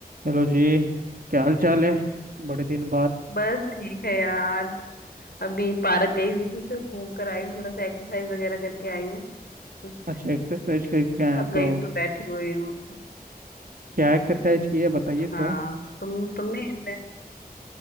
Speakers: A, on the right; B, on the left.
A: Hello जी क्या हाल चाल है बड़े दिन बाद
B: बस ठीक है यार अभी पार्क गई हुई थी तो घूम कर आई हूँ थोड़ा सा एक्सरसाइज वगैरह करके आई हूँ कुछ
A: अच्छा एक्सरसाइज करके आए हैं
B: थक
A: तो
B: गई हूँ तो बैठी हुई हूँ
A: क्या एक्सरसाइज की है बताइए
B: हाँ
A: थोड़ा
B: तुम तुमने मैं